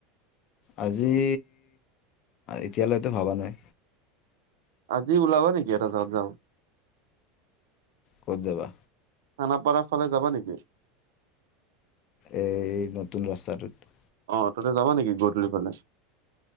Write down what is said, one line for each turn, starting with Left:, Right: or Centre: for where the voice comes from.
Left: আজি এতিয়ালৈতো ভবা নাই।
Right: আজি ওলাবা নেকি এটা জাগাত যাওঁ।
Left: ক'ত যাবা
Right: খানাপাৰা ফালে যাবা নেকি?
Left: এই নতুন ৰাস্তাটোত
Right: অ' ততে যাবা নেকি গধূলি ফালে